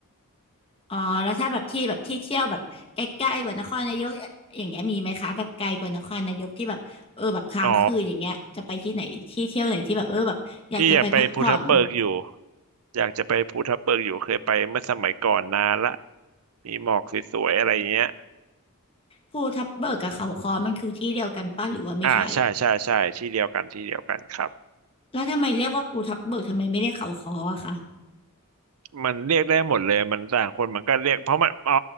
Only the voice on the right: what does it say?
ๆอ๋อพี่อยากไปภูทับเบิกอยู่อยากจะไปภูทับเบิกอยู่เคยไปเมื่อสมัยก่อนนานละมีหมอกสวยๆอะไรอย่างเงี้ย
อ่าใช่ใช่ใช่ที่เดียวกันที่เดียวกันครับ
มันเรียกได้หมดเลยมันต่างคนมันก็เรียกเพราะมันอ๋อ